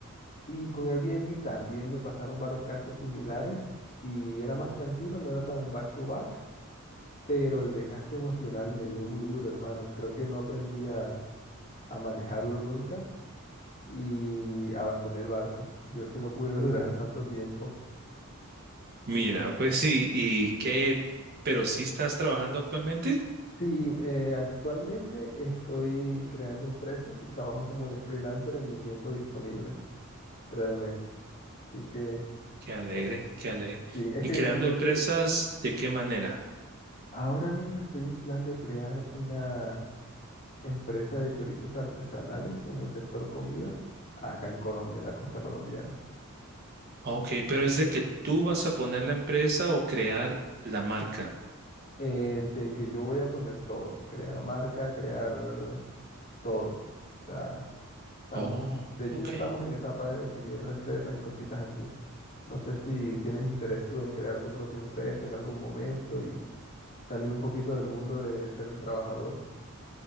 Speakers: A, on the left (about 35°); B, on the right (about 45°).
A: Y con Airbnb también me pasaron varios casos similares y era más tranquilo, no era tan back to back, pero el desgaste emocional me dio muy duro, hermano. Creo que no aprendí a a manejarlo nunca y abandoné el barco. Yo sí no pude <laughs> durar tanto tiempo.
B: Mira, pues sí, ¿y qué? ¿Pero sí estás trabajando actualmente?
A: Sí, eh, actualmente estoy creando empresa y trabajo como de freelancer en mi tiempo disponible, realmente. Así que,
B: Qué alegre,
A: bueno,
B: qué alegre.
A: sí, es
B: ¿Y
A: que
B: creando
A: en Colombia
B: empresas de qué manera?
A: ahora mismo estoy en plan de crear una empresa de chorizos artesanales en el sector comida, acá en Colombia, en la costa colombiana.
B: Ok, pero es de que tú vas a poner la empresa o crear la marca.
A: Eh, de que yo voy a poner todo, crear marca, crear todo. O sea, Estamos,
B: Oh,
A: de hecho,
B: ok.
A: ya estamos en etapa de definir recetas y cositas así. No sé si tienes interés tú en crear tu propia empresa en algún momento y salir un poquito del mundo de ser el trabajador.